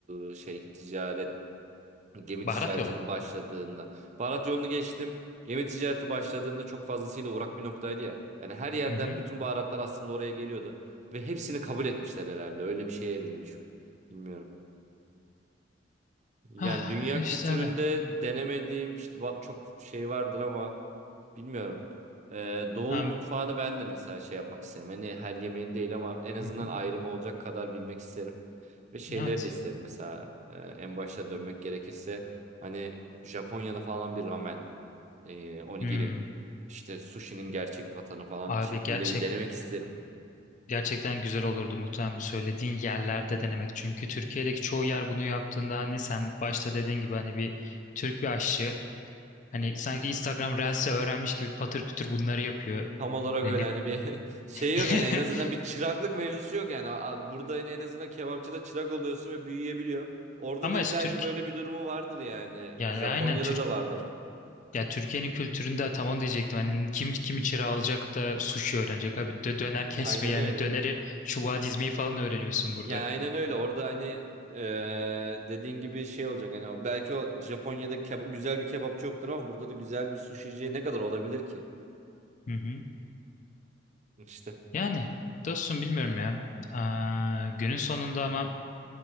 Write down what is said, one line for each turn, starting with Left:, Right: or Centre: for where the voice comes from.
Right: ıı, şey ticaret gemi
Left: <laughs> Baharat
Right: ticaretinin
Left: yolu.
Right: başladığında. Baharat yolunu geçtim. Gemi ticareti başladığında çok fazlasıyla uğrak bir noktaydı ya. Yani her yerden
Left: Hı hı.
Right: bütün baharatlar aslında oraya geliyordu ve hepsini kabul etmişler herhalde. Öyle bir şeye evrilmiş. Bilmiyorum. Yani
Left: Ah,
Right: dünya
Left: işte
Right: kültüründe
Left: abi.
Right: denemediğim işte ba- çok şey vardır ama Bilmiyorum. Ee, Doğu
Left: Abi.
Right: mutfağını ben de mesela şey yapmak isterim. Hani her yemeğin değil ama en azından
Left: Hı hı.
Right: ayrımı olacak kadar bilmek isterim. Ve şeyleri
Left: Evet.
Right: de isterim mesela e, en başta dönmek gerekirse hani Japonya'da falan bir ramen, e, onigiri,
Left: Hmm.
Right: işte sushi'nin gerçek vatanı falan
Left: Abi
Right: şekliyle
Left: gerçek
Right: bir denemek isterim.
Left: gerçekten güzel olurdu muhtemelen bu söylediğin yerlerde denemek. Çünkü Türkiye'deki çoğu yer bunu yaptığında hani sen başta dediğin gibi hani bir Türk bir aşçı hani sanki Instagram Reels'i öğrenmiş gibi patır pütür bunları yapıyor.
Right: Tam olarak
Left: Hani
Right: öyle
Left: ne
Right: hani bir <laughs> şey
Left: <laughs>
Right: yok yani en azından bir çıraklık mevzusu yok yani. A- Burada yine en azından kebapçıda çırak oluyorsun ve büyüyebiliyor. Orada
Left: Ama
Right: da illaki
Left: es- Türk
Right: böyle bir durumu vardır yani.
Left: yani
Right: Japonya'da
Left: aynen Türk
Right: da vardır.
Left: ya Türkiye'nin kültüründe tam onu diyecektim. Hani kim kim çırağı alacak da sushi öğrenecek abi. Dö- döner kesme
Right: Aynen
Left: yani
Right: öyle.
Left: döneri çubuğa dizmeyi falan öğreniyorsun burada.
Right: Yani aynen öyle. Orada hani eee, dediğin gibi şey olacak. Hani o- belki o Japonya'da keba- güzel bir kebapçı yoktur ama burada da güzel bir suşici ne kadar olabilir ki?
Left: Hı hı.
Right: İşte.
Left: Yani dostum bilmiyorum ya. Aa, günün sonunda ama